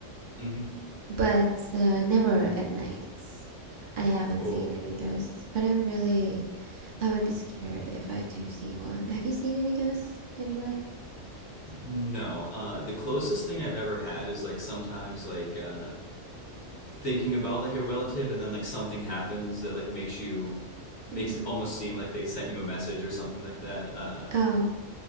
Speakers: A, on the left; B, on the right.
A: Mm-hmm.
B: but uh, never at nights. I haven't
A: Oh.
B: seen any ghosts, but I'm really I would be scared if I do see one. Have you seen any ghosts anyway?
A: No, uh, the closest thing I've ever had is like sometimes like uh, thinking about like a relative and then like something happens that like makes you makes
B: Mm-hmm.
A: it almost seem like they sent you a message or something like that. Uh,
B: Oh,